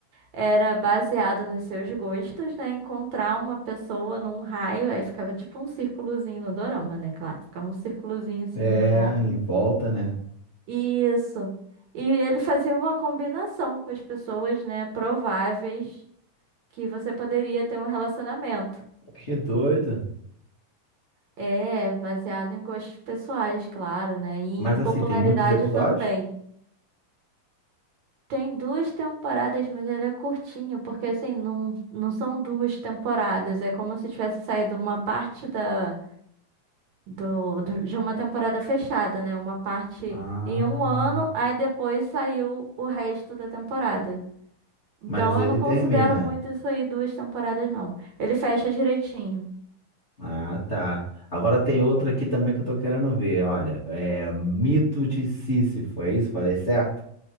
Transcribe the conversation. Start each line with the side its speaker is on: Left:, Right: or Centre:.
Right: era baseado nos seus gostos, né? Encontrar uma pessoa num raio, aí ficava tipo um círculozinho no Dorama, né? Claro, ficava um círculozinho assim
Left: é
Right: em volta.
Left: em volta, né?
Right: Isso. E ele fazia uma combinação com as pessoas, né, prováveis que você poderia ter um relacionamento.
Left: Que doido.
Right: É, baseado em gostos pessoais, claro, né, e
Left: Mas
Right: em
Left: assim,
Right: popularidade
Left: tem muitos episódios?
Right: também. Tem duas temporadas, mas ele é curtinho, porque assim, não, não são duas temporadas, é como se tivesse saído uma parte da, do, do- de uma temporada fechada, né, uma parte
Left: Ah.
Right: em um ano, aí depois saiu o resto da temporada. Então
Left: Mas ele
Right: eu não considero
Left: termina.
Right: muito isso aí duas temporadas, não. Ele fecha direitinho.
Left: Ah, tá. Agora tem outra aqui também que eu tô querendo ver. Olha, é Mito de Sísifo, é isso? Falei certo?